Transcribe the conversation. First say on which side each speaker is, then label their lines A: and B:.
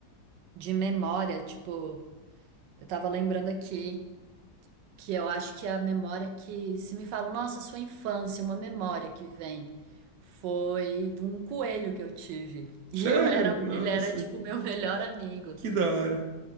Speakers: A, on the right; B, on the right.
A: de memória, tipo, eu tava lembrando aqui. que eu acho que é a memória que, se me falam, nossa, sua infância, uma memória que vem, foi de um coelho que eu tive. E
B: Sério?
A: eu era,
B: Nossa,
A: ele era tipo meu <laughs> melhor amigo.
B: que da hora.